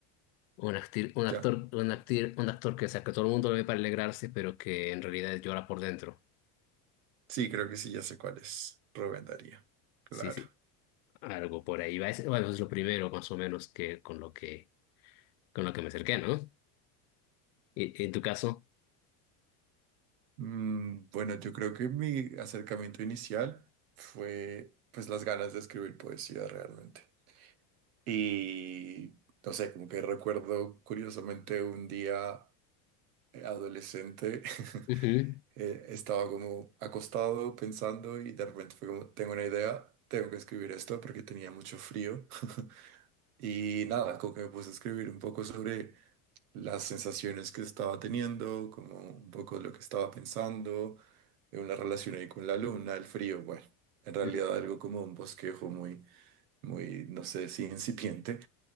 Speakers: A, on the left; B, on the right.
A: un, acti- un actor,
B: Ya.
A: un acti- un actor que, o sea, que todo el mundo lo ve para alegrarse, pero que en realidad llora por dentro.
B: Sí, creo que sí, ya sé cuál es. Rubén Darío. Claro.
A: Sí, sí, algo por ahí va. Es, bueno, es lo primero más o menos que con lo que con lo que me acerqué, ¿no? Y, en tu caso,
B: Mm, bueno, yo creo que mi acercamiento inicial fue pues las ganas de escribir poesía realmente. Y no sé, como que recuerdo curiosamente un día eh, adolescente, <laughs>
A: Ujú,
B: eh, estaba como acostado pensando y de repente fue como, tengo una idea, tengo que escribir esto porque tenía mucho frío. <laughs> Y nada, como que me puse a escribir un poco sobre las sensaciones que estaba teniendo, como un poco lo que estaba pensando, en una relación ahí con la luna, el frío, bueno, en realidad
A: ujú,
B: algo como un bosquejo muy, muy, no sé si incipiente,